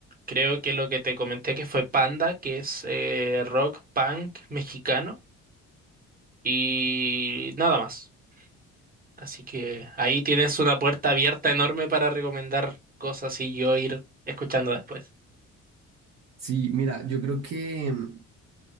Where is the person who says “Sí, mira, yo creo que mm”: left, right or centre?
Right